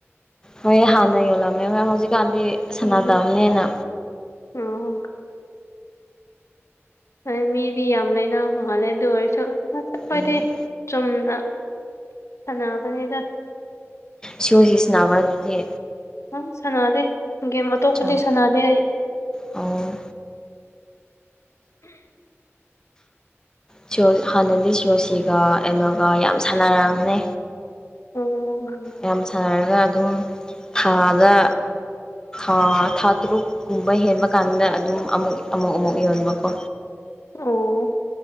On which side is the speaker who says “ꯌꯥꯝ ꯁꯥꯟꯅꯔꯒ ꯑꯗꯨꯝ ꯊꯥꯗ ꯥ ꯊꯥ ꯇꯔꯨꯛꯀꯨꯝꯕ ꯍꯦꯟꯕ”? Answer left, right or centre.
Left